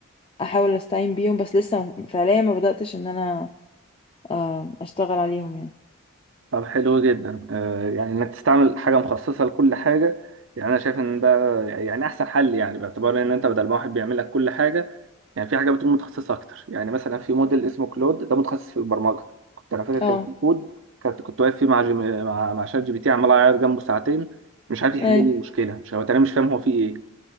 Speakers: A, on the left; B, on the right.
A: احاول استعين بيهم بس لسه فعليا ما بداتش ان انا آه، اشتغل عليهم يعني
B: طب حلو جدا آه، يعني انك تستعمل حاجه مخصصه لكل حاجه يعني انا شايف ان ده يعني احسن حل يعني باعتبار ان انت بدل ما واحد بيعمل لك كل حاجه يعني في حاجه بتكون متخصصه اكتر يعني مثلا في موديل اسمه كلود ده متخصص في البرمجه كنت انا فاكر كان
A: اه
B: في كود كنت كنت واقف فيه مع جيم... مع مع شات جي بي تي عمال اعيط جنبه ساعتين مش عارف يحل
A: اي
B: لي المشكله مش هو انا مش فاهم هو فيه ايه